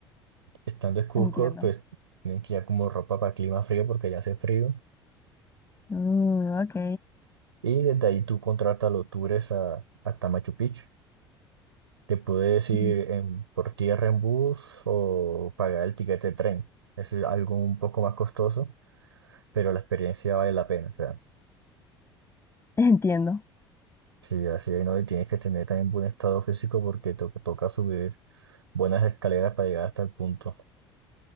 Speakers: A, on the right; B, on the left.
A: Estando en Cusco,
B: entiendo.
A: pues tienen que ir como ropa para clima frío porque ya hace frío.
B: Mm, ok,
A: Y desde ahí tú contratas los tours a- hasta Machu Picchu. Te puedes
B: <laughs>
A: ir en, por tierra en bus o pagar el tiquete de tren. Es algo un poco más costoso, pero la experiencia vale la pena. O sea,
B: entiendo.
A: sí, así hay no, y tienes que tener también buen estado físico porque to- toca subir buenas escaleras para llegar hasta el punto.